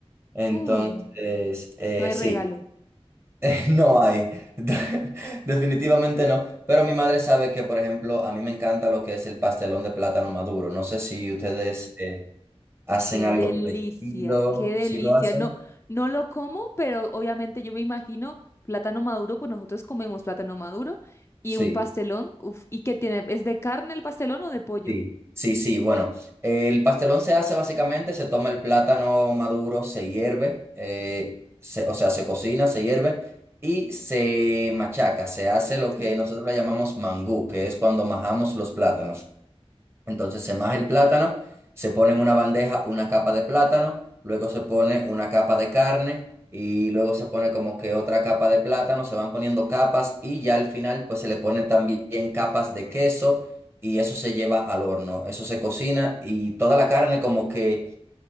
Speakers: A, on the right (about 25°); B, on the left (about 25°).
A: Entonces,
B: Uh,
A: eh,
B: no hay
A: sí,
B: regalo.
A: <laughs> no hay. <laughs> Definitivamente no. Pero mi madre sabe que, por ejemplo, a mí me encanta lo que es el pastelón de plátano maduro. No sé si ustedes eh, hacen
B: Qué
A: algo
B: delicia,
A: parecido.
B: qué delicia.
A: si lo hacen?
B: No, no lo como, pero obviamente yo me imagino plátano maduro, pues nosotros comemos plátano maduro y
A: Sí.
B: un pastelón. Uf, ¿y qué tiene? ¿Es de carne el pastelón o de pollo?
A: Sí, sí, sí. Bueno, el pastelón se hace básicamente, se toma el plátano maduro, se hierve, eh, se- o sea, se cocina, se hierve y se machaca. Se hace lo
B: Sí.
A: que nosotros le llamamos mangú, que es cuando majamos los plátanos. Entonces se maja el plátano, se pone en una bandeja una capa de plátano, luego se pone una capa de carne y luego se pone como que otra capa de plátano, se van poniendo capas y ya al final pues se le ponen también capas de queso y eso se lleva al horno, eso se cocina y toda la carne como que